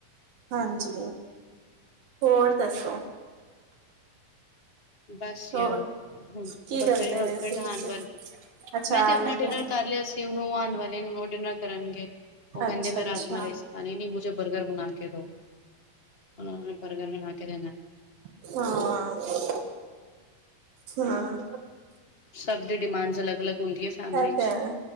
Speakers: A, on the right; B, on the left.
A: ਹਾਂਜੀ ਹੋਰ ਦੱਸੋ
B: ਬਸ ਯਾਰ
A: ਹੋਰ
B: ਹਮ
A: ਕੀ
B: ਬਸ
A: ਕਰਦੇ
B: ਮੇਰੇ ਹਸਬੈਂਡ
A: ਪਏ ਸੀ
B: ਆਣ
A: ਤੁਸੀਂ
B: ਵਾਲੇ,
A: ਅੱਛਾ
B: ਮੈਂ
A: ਆਣ
B: ਤੇ ਆਪਣਾ
A: ਲੱਗਿਆ
B: ਡਿਨਰ ਕਰ ਲਿਆ ਸੀ ਤੇ ਉਹ ਹੁਣ ਆਉਣ ਵਾਲੇ ਨੇ ਉਹ ਡਿਨਰ ਕਰਨਗੇ ਉਹ ਕਹਿੰਦੇ
A: ਅੱਛਾ
B: ਮੈਂ
A: ਅੱਛਾ
B: ਰਾਜਮਾ ਰਾਈਸ ਪਾਣੇ ਨਹੀਂ ਮੁਝੇ ਬਰਗਰ ਬਣਾ ਕੇ ਦੋ ਉਹ ਨੂੰ ਬਰਗਰ ਬਣਾ ਕੇ ਦੇਣਾ
A: ਹਾਂ ਹਾਂ
B: ਸਭ ਦੀ ਡਿਮਾਂਡਸ ਅਲੱਗ ਅਲੱਗ ਹੁੰਦੀ ਹੈ ਫੈਮਿਲੀ
A: ਇਤਾਂ
B: ਚ